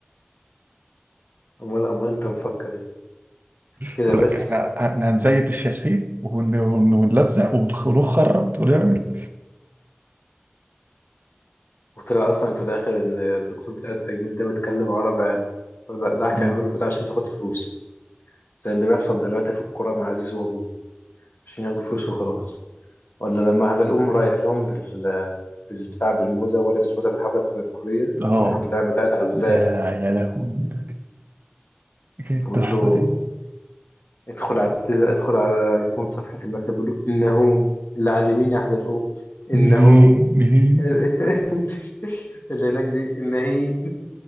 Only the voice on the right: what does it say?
يقول
لك احنا احنا هنزيت الشاسيه ون- ون- ونلزق ونخرط ونعمل
مم.
اه
ده يا لهوي ده كانت
تحفة
دي
نهي
نهي